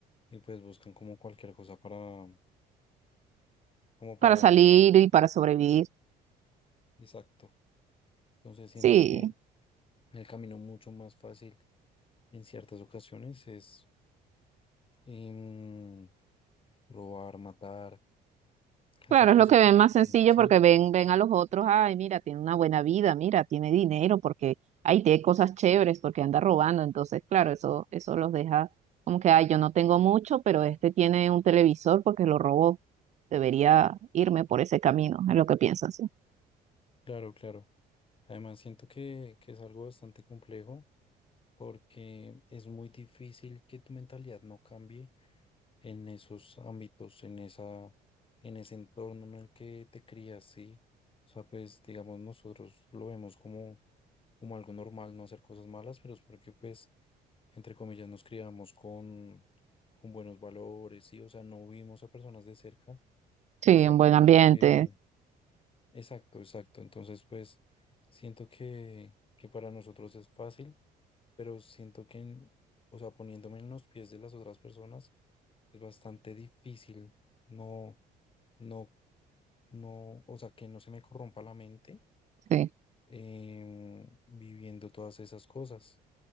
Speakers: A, on the left; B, on the right.
A: y pues buscan como cualquier cosa para, como para,
B: Para salir y para sobrevivir.
A: exacto. Entonces siento
B: Sí,
A: que El camino mucho más fácil en ciertas ocasiones es em, robar, matar, hacer
B: Claro,
A: cosas
B: es lo que ven
A: que no
B: más
A: están
B: sencillo
A: bien, ¿sí?
B: porque ven, ven a los otros, ay, mira, tiene una buena vida, mira, tiene dinero, porque, ay, tiene cosas chéveres, porque anda robando. Entonces, claro, eso, eso los deja como que, ay, yo no tengo mucho, pero este tiene un televisor porque lo robó. Debería irme por ese camino, es lo que piensan, sí.
A: Claro, claro. Además, siento que, que es algo bastante complejo porque es muy difícil que tu mentalidad no cambie en esos ámbitos, en esa, en ese entorno en el que te crías, ¿sí? O sea, pues, digamos, nosotros lo vemos como, como algo normal no hacer cosas malas, pero es porque, pues, entre comillas, nos criamos con, con buenos valores, ¿sí? O sea, no vimos a personas de cerca
B: Sí,
A: hacer
B: en buen
A: pues
B: ambiente,
A: lo que... Exacto, exacto. Entonces, pues siento que, que para nosotros es fácil, pero siento que, en- o sea, poniéndome en los pies de las otras personas, es bastante difícil. No, no, no, o sea, que no se me corrompa la mente
B: sí.
A: em, viviendo todas esas cosas.